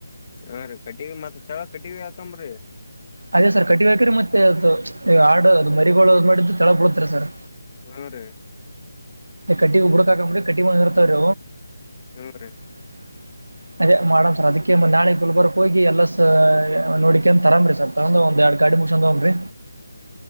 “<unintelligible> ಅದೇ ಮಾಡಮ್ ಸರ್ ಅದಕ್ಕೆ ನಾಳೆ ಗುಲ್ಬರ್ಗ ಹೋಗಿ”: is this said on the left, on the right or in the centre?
Right